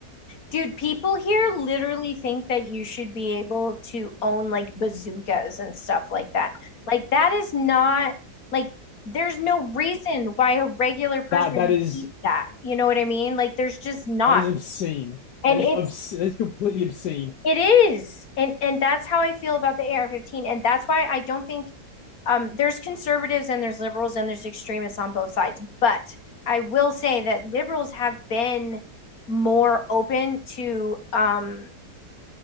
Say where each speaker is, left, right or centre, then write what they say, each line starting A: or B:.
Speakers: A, on the left; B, on the left.
A: Dude, people here literally think that you should be able to own like bazookas and stuff like that. Like, that is not like there's no reason why a regular person
B: "That that is
A: needs that. You know what I mean? Like, there's just not.
B: that is obscene.
A: And
B: That is
A: it's,
B: obscene. That is completely obscene."
A: it is. And and that's how I feel about the AR-15. And that's why I don't think um there's conservatives and there's liberals and there's extremists on both sides. But I will say that liberals have been more open to um